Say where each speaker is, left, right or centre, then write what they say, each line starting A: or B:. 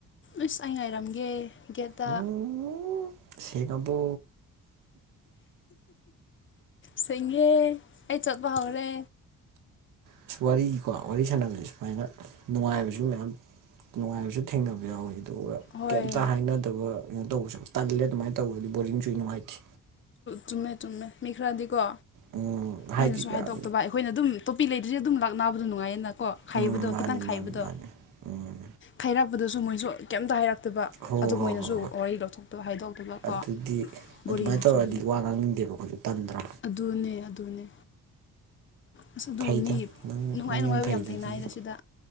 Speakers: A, on the left; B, on the right.
A: ꯑꯁ ꯑꯩ ꯉꯥꯏꯔꯝꯒꯦ ꯒꯦꯠꯇ
B: ꯎꯝ ꯁꯦꯡꯉꯕꯣ
A: ꯁꯦꯡꯉꯦ ꯑꯩ ꯆꯣꯠꯄ ꯍꯧꯔꯦ
B: ꯑꯁ ꯋꯥꯔꯤꯀꯣ ꯋꯥꯔꯤ ꯁꯥꯟꯅꯕꯁꯦ ꯁꯨꯃꯥꯏꯅ ꯅꯨꯡꯉꯥꯏꯕꯁꯨ ꯃꯌꯥꯝ ꯅꯨꯡꯉꯥꯏꯕꯁꯨ ꯊꯦꯡꯅꯕ ꯌꯥꯎꯋꯤ ꯑꯗꯨꯒ
A: ꯍꯣꯏ
B: ꯀꯩꯝꯇ ꯍꯥꯏꯅꯗꯕ ꯀꯩꯅꯣ ꯇꯧꯕꯁꯨ ꯇꯜꯂꯦ ꯑꯗꯨꯃꯥꯏꯅ ꯇꯧꯕꯗꯗꯤ ꯕꯣꯔꯤꯡꯁꯨ ꯅꯨꯡꯉꯥꯏꯇꯦ
A: ꯆꯨꯝꯃꯦ ꯆꯨꯝꯃꯦ ꯃꯤ ꯈꯔꯗꯤꯀꯣ
B: ꯎꯝ ꯍꯥꯏꯗꯤ
A: ꯃꯣꯏꯅꯁꯨ ꯍꯥꯏꯗꯣꯛꯇꯕ
B: ꯌꯥꯝ
A: ꯑꯩ ꯑꯩꯈꯣꯏꯅ ꯑꯗꯨꯝ ꯇꯣꯄꯤ ꯂꯩꯗꯔꯤꯦ ꯑꯗꯨꯝ ꯂꯥꯛꯅꯥꯅꯕꯗ ꯅꯨꯡꯉꯥꯏꯌꯦꯅ ꯀꯣ ꯈꯥꯏꯕꯗꯣ
B: ꯎꯝ ꯃꯥꯅꯤ
A: ꯈꯤꯇꯪ ꯈꯥꯏꯕꯗꯣ
B: ꯃꯥꯅꯤ ꯃꯥꯅꯤ ꯎꯝ
A: ꯈꯥꯏꯔꯛꯄꯗꯁꯨ ꯃꯣꯏꯁꯨ ꯀꯩꯝꯇ ꯍꯥꯏꯔꯛꯇꯕ
B: ꯍꯣ
A: ꯑꯗꯨ
B: ꯍꯣꯏ ꯍꯣꯏ
A: ꯃꯣꯏꯅꯁꯨ
B: ꯍꯣꯏ
A: ꯋꯥꯔꯤ ꯂꯧꯊꯣꯛꯇꯕ ꯍꯥꯏꯗꯣꯛꯇꯕ ꯀꯣ
B: ꯑꯗꯨꯗꯤ ꯑꯗꯨꯃꯥꯏꯅ
A: ꯕꯣꯔꯤꯡ ꯌꯥꯝ
B: ꯇꯧꯔꯗꯤ
A: ꯆꯨꯕꯗꯣ
B: ꯋꯥ ꯉꯥꯡꯅꯤꯡꯗꯦꯕ ꯍꯧꯖꯤ ꯇꯟꯗ꯭ꯔ
A: ꯑꯗꯨꯅꯦ ꯑꯗꯨꯅꯦ ꯑꯁ ꯑꯗꯨ
B: ꯐꯩꯗ
A: ꯃꯤ
B: ꯅꯪ
A: ꯅꯨꯡꯉꯥꯏ
B: ꯅꯪ
A: ꯅꯨꯡꯉꯥꯏꯕ
B: ꯐꯩꯗ
A: ꯌꯥꯝ ꯊꯦꯡꯅꯏꯅ
B: ꯑꯗꯨꯗꯤ
A: ꯁꯤꯗ